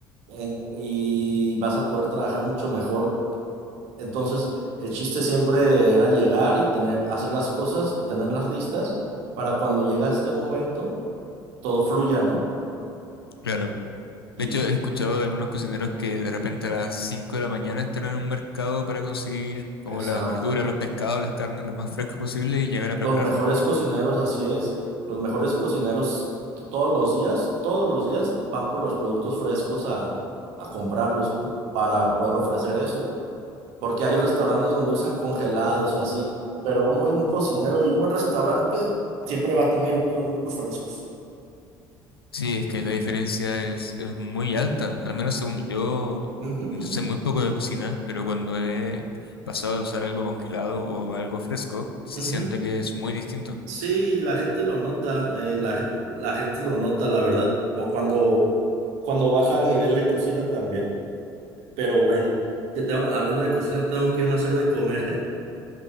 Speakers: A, on the right; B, on the left.
A: eh, y vas a poder trabajar mucho mejor Entonces, el chiste siempre era llegar y tener, hacer las cosas y tenerlas listas para cuando llega este momento, todo fluya, ¿no?
B: Claro.
A: Y,
B: De hecho, he escuchado de algunos cocineros que de repente a las 5 de la mañana están en un mercado para conseguir como
A: exacto.
B: las verduras, los pescados, las carnes lo más frescos posible y llegar a prepararlo.
A: Los mejores cocineros, así es. Los mejores cocineros t- todos los días, todos los días van por los productos frescos a, a comprarlos para poder ofrecer eso. Porque hay restaurantes donde usan congelados o así, pero un buen cocinero y un buen restaurante siempre va a tener productos frescos.
B: Sí, es que la diferencia es, es muy alta. Al menos según yo,
A: Ujú,
B: yo
A: ujú,
B: sé muy poco de cocina, pero cuando he pasado de usar algo congelado o algo fresco, sí
A: ujú.
B: siento que es muy distinto.
A: Sí, la gente lo nota, eh, la, la gente lo nota, la verdad. O cuando, cuando baja el nivel de cocina también. Pero bueno, ya tengo- hablando de cocina, tengo que irme a hacer de comer.